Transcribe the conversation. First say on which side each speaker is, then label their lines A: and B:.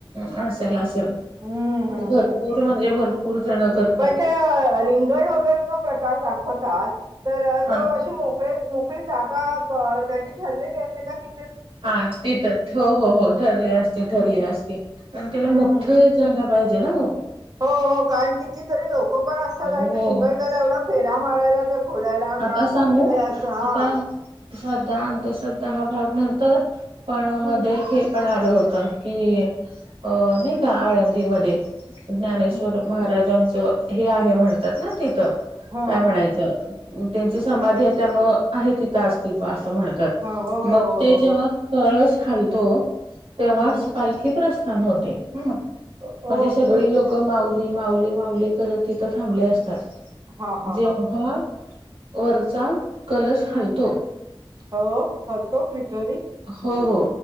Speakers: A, on the right; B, on the right.
A: ह् असेल असेल
B: हम्म हम्म
A: भरपूर
B: हम्म
A: म्हणजे भरपूर जण करतात.
B: पण ते रिंगण वैगेरे तो प्रकार दाखवतात तर
A: हा
B: तो अ मो मोकळी जागा ज्यांची ठरलेली असेल ना ती
A: हा तिथ हो हो हो ठरली असते
B: हम्म
A: ठरली
B: हम्म
A: असती पण तिला मोठं
B: हम्म
A: जागा पाहिजे ना हो
B: हो हो कारण कितीतरी लोक पण असतात
A: हो
B: आणि ते रिंगण त्याला एवढ्या फेऱ्या मारायला तर घोड्याला
A: आता
B: का
A: सांगू
B: जे अस हा
A: आता श्रद्धा अंधश्रद्धा हा भाग नंतर पण
B: हम्म
A: मध्ये पण आलं होत की अ नाही का आळंदीमध्ये ज्ञानेश्वर
B: हम्म हम्म.
A: महाराजांचं हे आहे म्हणतात ना तिथं
B: हा
A: काय म्हणायचं. त्यांची समाधी आहे त्यामुळे आहे तिथं अस्तित्व असं म्हणतात
B: हा हा हा हो हो हो हो हो
A: मग ते जेव्हा कळस हालतो तेव्हाच
B: हम्म हम्म
A: पालखी प्रस्थान होते ह म्हणजे
B: ओ- ओके
A: सगळी
B: ओके
A: लोकं माऊली, माऊली, माऊली करत तिथं थांबले असतात
B: हा हा
A: जेव्हा
B: हा हा
A: वरचा कलश हालतो
B: हो हरतो <unintelligible>
A: हो हो